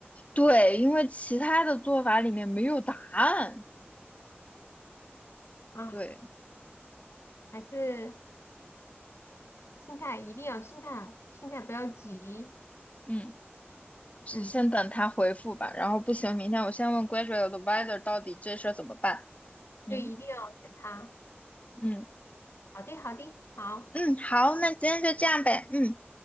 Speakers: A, on the left; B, on the left.
A: 对，因为其他的做法里面没有答案。
B: 啊。
A: 对，
B: 还是心态一定要心态，心态不要急，
A: 嗯。是先等他回复吧，
B: 嗯，
A: 然后不行，明天我先问 graduate advisor 到底这事儿怎么办。嗯
B: 对，一定要等他。
A: 嗯
B: 好的，好的，好，
A: 嗯，好，那今天就这样呗。嗯，